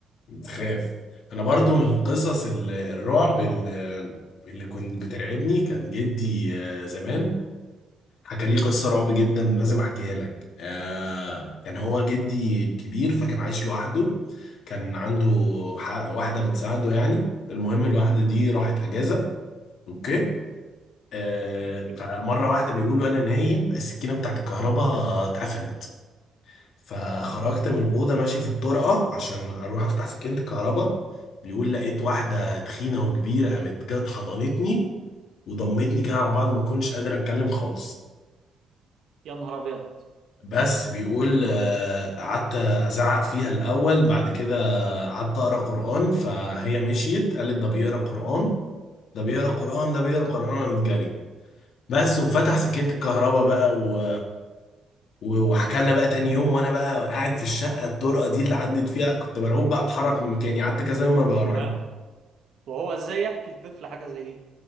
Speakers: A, on the left; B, on the right.
A: بتخاف انا برضو من قصص ال- الرعب اللي اللي كنت بترعبني كان جدي آه، زمان حكى لي قصة رعب جدا لازم احكيها لك آه، كان هو جدي كبير فكان عايش لوحده كان عنده ح- واحدة بتساعده يعني المهم الواحدة دي راحت اجازة اوكي آه،
B: أوكي.
A: فمرة واحدة بيقول وانا نايم السكينة بتاعت الكهرباء اتقفلت فخرجت من الأوضة ماشي في الطرقة عشان أروح أفتح سكينة الكهرباء بيقول لقيت واحدة تخينة وكبيرة قامت جت حضنتني وضمتني كده على بعض ما كنتش قادر أتكلم خالص
B: يا نهار ابيض
A: بس بيقول آه، قعدت أزعق فيها الأول بعد كده قعدت أقرأ قرآن فهي مشيت قالت ده بيقرأ قرآن ده بيقرأ قرآن ده بيقرأ قرآن قامت جري بس وفتح سكينة الكهرباء بقى و... و- وحكى لنا بقى تاني يوم وانا بقى قاعد في الشقه الطرقه دي اللي عدت فيها كنت مرعوب بقى اتحرك من مكاني قعدت كذا يوم ما بروح
B: يا لهوي. وهو ازاي يحكي لطفل حاجه زي دي